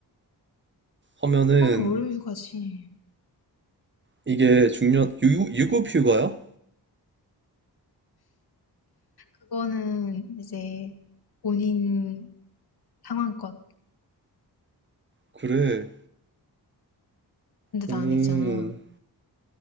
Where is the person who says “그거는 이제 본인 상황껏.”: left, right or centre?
Left